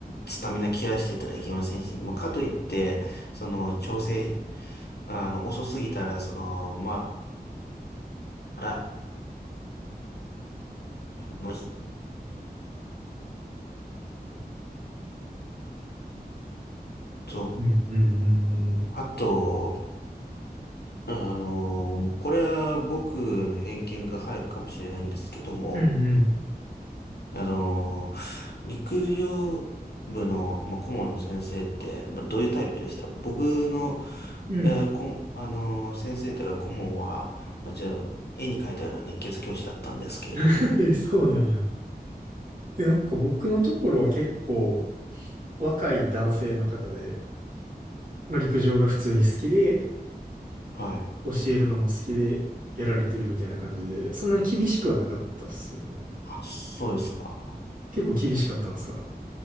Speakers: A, on the left; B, on the right.
A: スタミナ切らしてたらいけませんし、まあ、かといって、その、調整、あの、遅すぎたら、その、まあ、らもうちょっと、
B: うんうんうんうん。
A: あと、あの、これは僕の偏見が入るかもしれないんですけども、
B: うん
A: あのー陸上部の、まあ、顧問の先生って、まあ、どういうタイプでした僕の、
B: うんうん。
A: えーこん、あのー先生というか顧問は、まあ、ちょ、絵に描いたような熱血教師だったんですけれども。
B: <laughs> そうなんや。で、なんか僕のところは結構若い男性の方で、まあ陸上が普通に好きで、
A: はい。
B: 教えるのも好きで、やられてるみたいな感じで、そんなに厳しくはなかったっすね。
A: あ、そうですか。
B: 結構厳しかったんですか